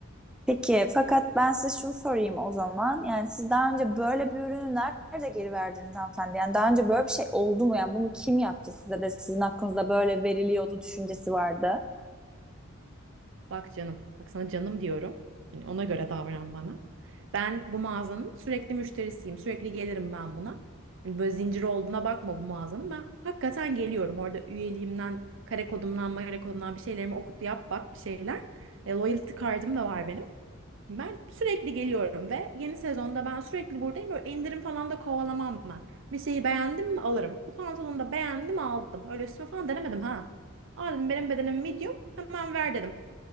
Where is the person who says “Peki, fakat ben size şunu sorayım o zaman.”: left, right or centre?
Centre